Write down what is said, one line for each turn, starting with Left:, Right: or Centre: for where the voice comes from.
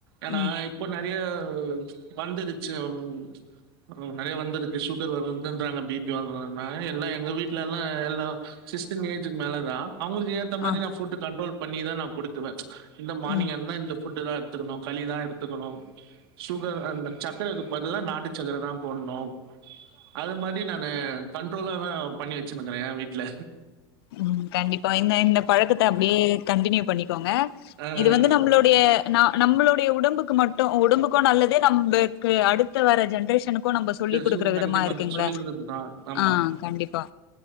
Right: ஏன்னா
Left: ம்
Right: இப்போ நிறைய இப்போ ம்ச் வந்துருச்சு உம் நிறைய வந்துருக்கு சுகர் வருதுன்றாங்க பிபி வருதுங் எல்ல எங்க வீட்டுல எல்லாம் சிக்ஸ்டி ஏஜுக்கு மேல தான் அவங்களுக்கு இந்த மாதிரிதான்
Left: ஆ
Right: ஃபுட் கண்ட்ரோல் பண்ணிதான் நா கொடுக்குவேன் ம்ச் இந்த மார்னிங்கா
Left: ம்
Right: இருந்தா இந்த ஃபுட்டு தான் எடுத்துக்கணும் களிதான் எடுத்துக்கணும் சுகர் அந்த சக்கரைக்கு பதிலா நாட்டு சக்கரை தான் போடணும் அது மாதிரி நானு கண்ட்ரோலா தான் பண்ணி வச்சுன்னுக்கிறேன் என் வீட்டுல
Left: உம் கண்டிப்ப இந்த இந்த பழக்கத்த அப்டியே கண்டினியூ பன்னிகோங்க
Right: ஆ.
Left: இது வந்து நம்ளுடைய ந நம்ளுடைய உடம்புக்கு மட்டு உடம்புக்கு நல்லது நம்பக்கு அடுத்த வர ஜென்ரேஷனு இப்போ நம்ம சொல்லி்
Right: டெல்சூன்
Left: கொடுக்குற விதமா
Right: கண்டிப்பா.
Left: இருக்குங்களே
Right: நான் சொல்லிக் குடுக்குறது தான். ஆமா.
Left: ஆஹ் கண்டிப்பா